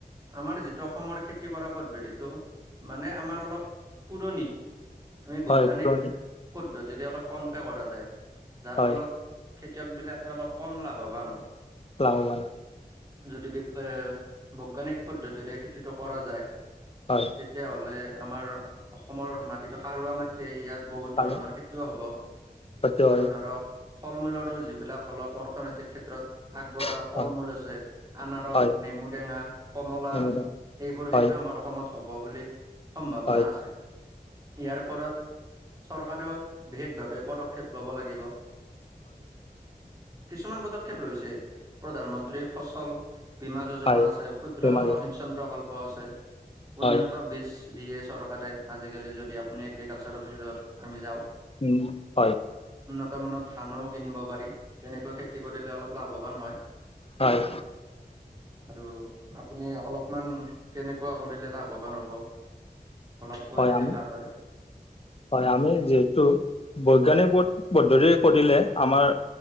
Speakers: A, on the right; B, on the left.
A: আমাৰ যিটো অসমৰ খেতি কৰা পদ্ধতিটো মানে আমাৰ অলপ পুৰণি। আমি বৈজ্ঞানিক
B: হয় পুৰণি
A: পদ্ধতিৰে অলপ কমকে কৰা যায়, যাৰ
B: হয়
A: ফলত খেতিয়ক বিলাকে অলপ কম লাভৱান হয়।
B: লভবান, হ।
A: যদি বি এ, বৈজ্ঞানিক পদ্ধতিৰে খেতিতটো কৰা যায়
B: হয়
A: তেতিয়াহলে আমাৰ অসমৰ মাটিটো সাৰুৱা মাটৃয়ে ইয়াত বহুত ধৰণৰ
B: ভাল
A: খেতিও হ'ব।
B: সত্য হয়
A: আৰু ধৰক ফল, মূলৰো যিবিলাক অলপ অৰ্থনৈতিক ক্ষেত্ৰত আগবঢ়
B: হয়
A: ফল, মূল আছে, আনাৰস,
B: হয় হয়
A: নেমুটেঙা, কমলা
B: হয় হয়
A: এইবোৰ
B: হয়
A: খেতিয় আমাৰ অসমত হ'ব বুলি সম্ভাৱনা
B: হয়
A: আছে, ইয়াৰওৰত চৰকাৰেও বিশেষভাৱে পদক্ষেপ ল'ব লাগিব। কিছুমান পদক্ষেপ লৈছে প্ৰধানমন্ত্ৰীৰ ফচল বীমা যোজনা
B: হয়
A: আছে, ক্ষুদ্ৰ
B: হয়
A: জলসিঞ্চন প্ৰকল্প আছে,
B: হয়
A: উন্নত বীজ দিয়ে চৰকাৰে, আজিকালি যদি আপুনি এগ্ৰিকালচাৰ অফিচত আমি যাওঁক।
B: উম, হয়।
A: বৰ্তামানত ধানো কিনিব পাৰি, তেনেকৈ খেতি কৰিলে অলপ লাভৱান হয়।
B: হয়।
A: আৰু আপুনি অলপমান কেনেকুৱা কৰিলে লাভৱান হ'ব। অলপ কৈ
B: হয়,
A: দিলে
B: আমি
A: ভাল হয়
B: হয়, আমি যিহেতু বৈজ্ঞানিক পদ্ধতিৰে কৰিলে আমাৰ